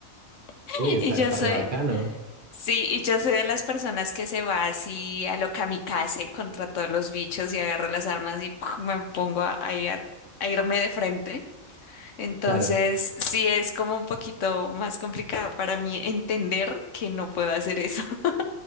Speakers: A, on the left; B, on the right.
A: <laughs>
B: uy, está,
A: Y yo
B: está
A: soy,
B: re bacano.
A: sí, y yo soy de las personas que se va así a lo kamikaze contra todos los bichos y agarro las armas y ¡pum! me pongo a, ahí a a irme de frente. Entonces,
B: Claro.
A: sí es como un poquito más complicado para mí entender que no puedo hacer eso. <laughs>